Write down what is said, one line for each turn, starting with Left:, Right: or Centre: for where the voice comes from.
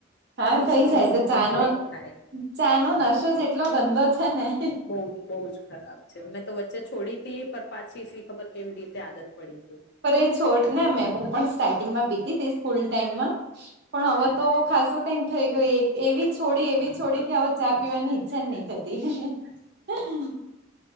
Right: હા
Left: મિસિંગ
Right: થઈ જાય
Left: મિસિંગ
Right: છે
Left: કમ્પ્લીટ
Right: ચાનો
Left: થાય.
Right: ચાનો નશો જ એટલો ગંદો છે ને-
Left: બોઉજ, બોઉજ ખરાબ છે. મેં તો વચ્ચે છોડીતી, પણ પાછી- -ખબર કેવી રીતે આદત પડી ગઈ.
Right: પર, એ છોડ ને મેં, હું પણ સ્ટાર્ટિંગમાં પીતી તી સ્કૂલ ટાઈમમાં- પણ, હવે તો ખાસો ટાઈમ થઈ ગયો. એક એવી છોડી એવી છોડી કે, હવે ચા પીવાની ઈચ્છા નહી થતી. <unintelligible>